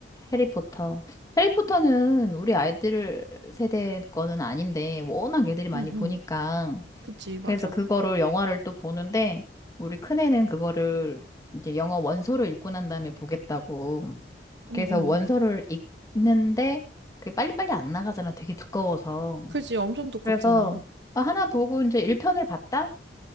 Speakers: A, on the left (about 20°); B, on the right (about 75°).
A: 해리포터. 해리포터는 우리 아이들 세대 거는 아닌데 워낙 애들이 많이
B: 응,
A: 보니까
B: 응. 그치, 맞아.
A: 그래서 그거를 영화를 또 보는데 우리 큰애는 그거를 이제 영어 원서를 읽고 난 다음에 보겠다고.
B: 응,
A: 그래서
B: 응.
A: 원서를 읽는데 그게 빨리빨리 안 나가잖아. 되게 두꺼워서.
B: 그지? 엄청 두껍잖아.
A: 그래서 아, 하나 보고 이제 1편을 봤다?